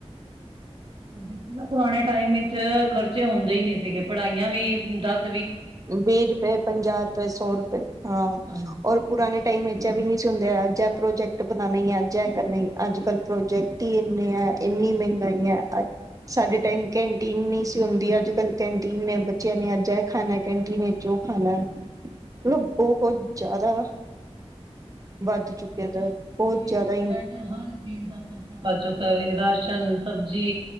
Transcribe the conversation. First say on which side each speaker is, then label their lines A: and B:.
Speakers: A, on the right; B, on the right.
A: ਦੇਖੋ ਨਾ, ਪੁਰਾਣੇ ਟਾਈਮ ਈਚ ਖਰਚੇ ਹੁੰਦੇ ਹੀ ਨੀ ਸੀਗੇ ਪੜ੍ਹਾਈਆਂ ਵੀ ਦੱਸ
B: ਵੀਹ ਰੁਪਏ, ਪੰਜਾਹ ਰੁਪਏ, ਸੌ ਰੁਪਏ ਹਾਂ
A: ਹਾਂਜੀ
B: ਔਰ ਪੁਰਾਣੇ ਟਾਈਮ ਇੰਚ ਐ ਵੀ ਨਹੀ ਸੀ ਹੁੰਦੇ, ਅੱਜ ਐ ਪ੍ਰੋਜੈਕਟ ਬਣਾਣੇ ਅੱਜ ਐ ਕਰਨੇ ਈ, ਅੱਜ-ਕੱਲ੍ਹ ਪ੍ਰੋਜੈਕਟ ਟੀ ਇੰਨੇ ਏ ਇੰਨੀ ਮਹਿੰਗਾਈ ਆ ਅੱਜ। ਸਾਡੇ ਟਾਈਮ ਕੰਟੀਨ ਨਹੀਂ ਸੀ ਹੁੰਦੀ ਅੱਜ ਕੱਲ੍ਹ ਕੰਟੀਨ ਏ ਬੱਚਿਆਂ ਨੇ ਅੱਜ ਏ ਖਾਣਾ ਕੰਟੀਨ ਚੋਂ ਉਹ ਖਾਣਾ ਮਤਲਬ
A: ਸਹੀ
B: ਬਹੁਤ ਜਾਦਾ ਵੱਧ ਚੁੱਕੇ
A: ਦੇਖਲੋ
B: ਦਾ ਬਹੁਤ
A: ਏ
B: ਜ਼ਿਆਦਾ
A: ਟੂ
B: ਈ
A: ਜੈਡ ਹਰ ਚੀਜ਼ ਦਾ ਖ਼ਰਚਾ <inaudible> ਚੁੱਕਾ ਐ ਰਾਸ਼ਨ ਸਬਜ਼ੀ